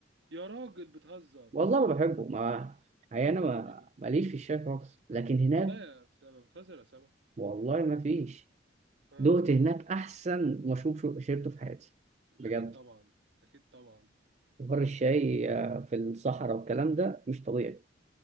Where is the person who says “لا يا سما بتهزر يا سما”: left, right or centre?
Right